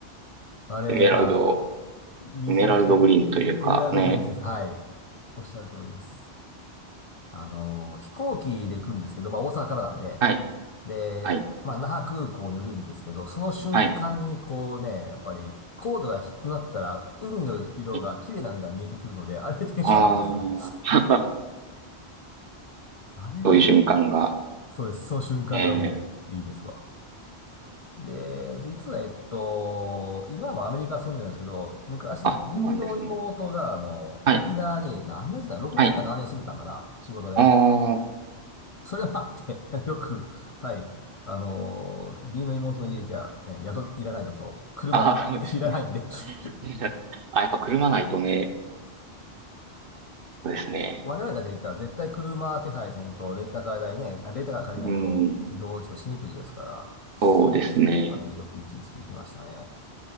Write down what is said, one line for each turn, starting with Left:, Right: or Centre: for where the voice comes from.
Left: あれ、
Right: エメラルド、
Left: まあ、水が綺麗だ。
Right: エメラルドグリーンというかね。
Left: エメラルドグリーンです。はい。おっしゃる通りです。あのー飛行機で行くんですけど、まあ大阪からなんで、
Right: はい、
Left: で、
Right: はい、
Left: まあ那覇空港に降りるんですけど、その瞬間にこうね、
Right: はい、
Left: やっぱり高度が低くなったら、海の色が、
Right: はい。
Left: 綺麗な海が見えてくるので、あれでテンション上がるんですよね。
Right: ああ、<laughs>
Left: あれはぜ、
Right: そういう瞬間が。
Left: そうです。その瞬間がもういいですわ。
Right: ええ
Left: で、実は、えっと、今もアメリカ住んでるんですけど、昔、
Right: あ、
Left: 義理の妹が、
Right: そうなんですね。
Left: あの、
Right: はい、
Left: 沖縄に、何年住んだ ?6
Right: はい。
Left: 年か7年住んでたんかな仕事で。
Right: あー
Left: それもあって <laughs> よく、はい、あの、義理の妹の家行きゃ、ね、宿いらないのと、車はいらないんで
Right: あー、そうですね。
Left: <laughs>
Right: <laughs> あ、やっぱ車ないとね、そうですね。
Left: 我々だけで言ったら絶対車手配せんと、レンタカー代ね、あレンタカー借りないと移動ちょっとしにくいですから、
Right: うん、そうですね。
Left: そんなんでよく一日行きましたね。